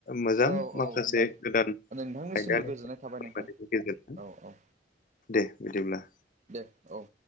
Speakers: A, on the left; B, on the right.
A: मोजां
B: औ औ
A: माखासे
B: नोंथां
A: गोदान
B: नोंथांनिसिमबो
A: आयदानि
B: गोजोननाय थाबाय
A: फोरनायनि
B: नोंथां
A: गेजेरजों
B: औ औ
A: दे बिदिब्ला।
B: दे औ।